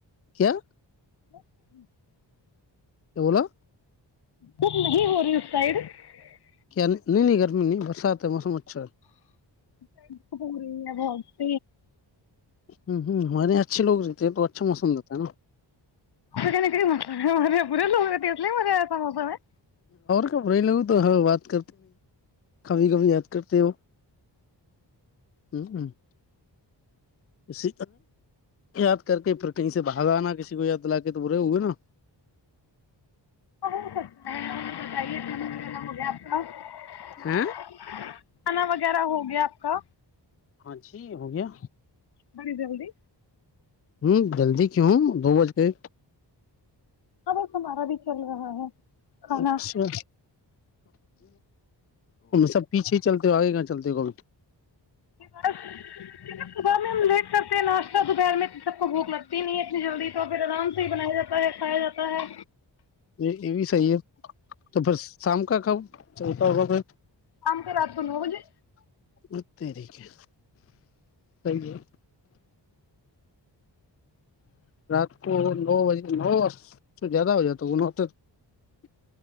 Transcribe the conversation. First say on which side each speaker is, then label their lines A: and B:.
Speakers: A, on the left; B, on the left.
A: کیا
B: <inaudible>
A: کیا بولا
B: خود نہیں ہو رہی اس سائید <unintelligible>
A: کیا نہیں نہیں نہیں گرمی نہیں برسات ہے موسم اچھا ہے
B: <unintelligible> پچ
A: ہ ہ ہمارے یہاں اچھے لوگ رہتے ہیں تو اچھا موسم رہتا ہے نا
B: <unintelligible>
A: <unintelligible> کبھی کبھی یاد کرتے ہو <unintelligible> اس یاد کر کے پھر کہیں سے بھاگ آنا کسی کو یاد دلا کے تو برے ہوئے نا
B: <unintelligible>
A: ہیں
B: کھانا وغیرہ ہو گیا آپ کا
A: ہاں جی ہو گیا
B: بڑی جلدی
A: ہوں جلدی کیو دو بج گئے
B: ہاں بس ہمارا بھی چل رہا ہے کھانا
A: اچھا سب پیچھے چلتا آئے گ چلد کول
B: بس صبح میں ہم لیٹ کرتے ہیں ناشتہ دوپہر میں سب کو بھوک لگتی نہیں ہے جلدی تو پھر آرام سے ہی بنایا جاتا ہے کھایا جاتا ہے
A: یہ یہ بھی صحیح ہے تو پھر شام کا کب چلتا ہوگا پھر
B: شام کا رات کے نو بجے
A: <inaudible> <inaudible> <unintelligible>